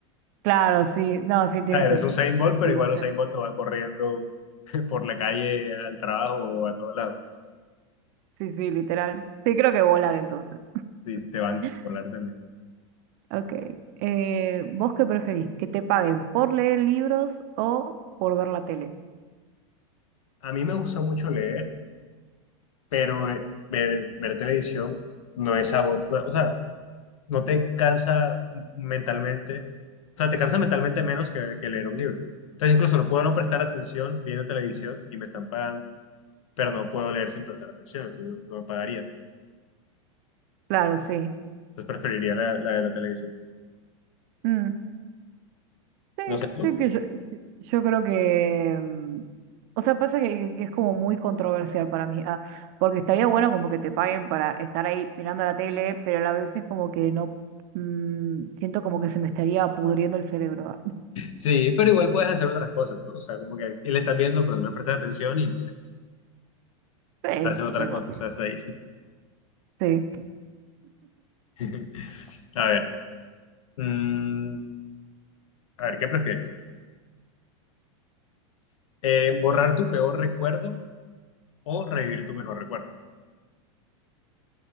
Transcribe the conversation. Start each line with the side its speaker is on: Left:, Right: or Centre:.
Right: Claro, sí, no,
Left: O
Right: sí tiene
Left: sea,
Right: sen-
Left: eres un Usain Bolt,
Right: sentido.
Left: pero igual Usain
Right: sí.
Left: Bolt no va corriendo <laughs> por la calle al trabajo o a todos lados.
Right: Sí, sí, literal. Sí, creo que volar entonces.
Left: Sí, te van
Right: <laughs>
Left: a volar también.
Right: Ok. eh, ¿vos qué preferís? ¿Que te paguen por leer libros o por ver la tele?
Left: A mí me gusta mucho leer, pero eh, ver, ver televisión no es algo, o sea, no te cansa mentalmente, o sea, te cansa mentalmente menos que, que leer un libro. Entonces incluso no puedo no prestar atención viendo televisión y me están pagando, pero no puedo leer sin prestar atención, entonces no me pagaría.
Right: Claro, sí.
Left: Entonces preferiría la, la de la televisión.
Right: Mm, sí,
Left: No sé tú.
Right: sí que yo, yo creo que... mm, o sea, pasa que, que- que es como muy controversial para mí. ah, porque estaría bueno como que te paguen para estar ahí mirando la tele, pero a la vez es como que no... mm, siento como que se me estaría pudriendo el cerebro. ah.
Left: Sí, pero igual puedes hacer otras cosas, ¿no? O sea, como que y le estás viendo, pero no le prestas atención y no sé,
Right: Sí,
Left: haces otra
Right: qué sé
Left: cosa,
Right: yo.
Left: estás ahí.
Right: Sí.
Left: <laughs> A ver, mm, a ver, ¿qué prefieres? Eh, borrar tu peor recuerdo o revivir tu mejor recuerdo. <laughs>